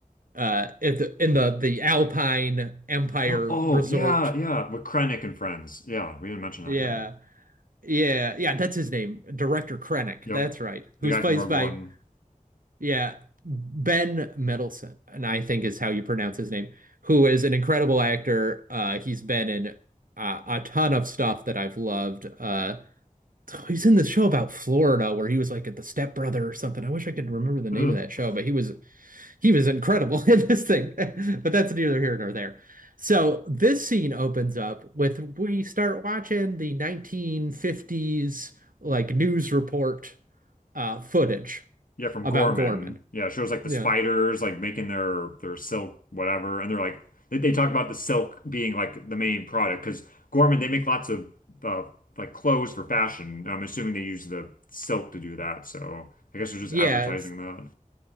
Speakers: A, on the right (about 80°); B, on the left (about 80°).
A: uh at the, in the the Alpine Empire
B: Oh
A: Resort.
B: yeah, yeah, with Krennic and friends. Yeah, we didn't mention
A: Yeah.
B: that yet.
A: Yeah, yeah, that's his name, Director Krennic.
B: Yep,
A: That's right. Who's
B: the guy
A: plays
B: from Rogue
A: by
B: One.
A: yeah, Ben Mendelsohn, and I think is how you pronounce his name, who is an incredible actor. Uh he's been in uh, a ton of stuff that I've loved. Uh he's in this show about Florida where he was like at the Step Brother or something. I wish I could remember the name
B: Ugh.
A: of that show, but he was he was incredible <laughs> in this thing, <laughs> but that's neither here nor there. So this scene opens up with we start watching the 1950s like news report uh, footage
B: Yeah, from
A: about
B: Gorman.
A: Gorman.
B: Yeah, it shows like the
A: Yeah,
B: spiders like making their their silk whatever, and they're like they, they talk about the silk being like the main product because Gorman they make lots of uh, like clothes for fashion. I'm assuming they use the silk to do that. So I guess they're just
A: yeah,
B: advertising
A: it's
B: that.